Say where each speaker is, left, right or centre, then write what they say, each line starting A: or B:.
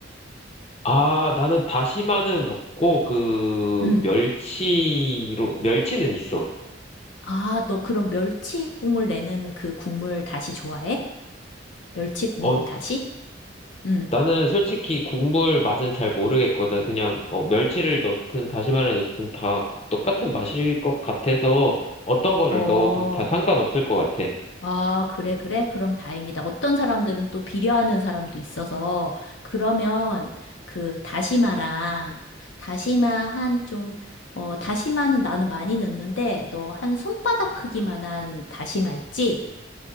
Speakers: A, on the left; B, on the left.
A: 아, 나는 다시마는 없고 그
B: 응.
A: 멸치로 멸치는 있어.
B: 아, 너 그럼 멸치 국물 내는 그 국물 다시 좋아해? 멸치 국물
A: 어,
B: 다시? 응.
A: 나는 솔직히 국물 맛은 잘 모르겠거든. 그냥 어, 멸치를 넣든 다시마를 넣든 다 똑같은 맛일 것 같아서 어떤 거를
B: 어,
A: 넣어도 다 상관없을 것 같아.
B: 아, 그래, 그래. 그럼 다행이다. 어떤 사람들은 또 비려하는 사람도 있어서, 그러면 그 다시마랑, 다시마 한 좀, 어, 다시마는 나는 많이 넣는데, 너 한 손바닥 크기만한 다시마 있지?